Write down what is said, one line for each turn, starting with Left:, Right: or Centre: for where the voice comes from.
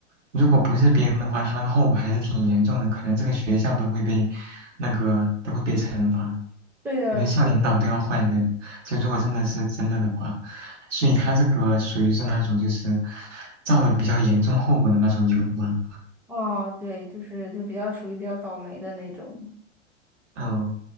Right: 如果不是别人的话，他那个后果还是挺严重的，可能这个学校都会被那个都会被惩罚，
Centre: 对的，
Right: 可能校领导都要换人。
Centre: 对的
Right: 就如果真的是真的的话，所以他这个属于是那种就是造了比较严重后果的那种谣吧。
Centre: 哦，对，就是就比较属于比较倒霉的那种。
Right: 嗯，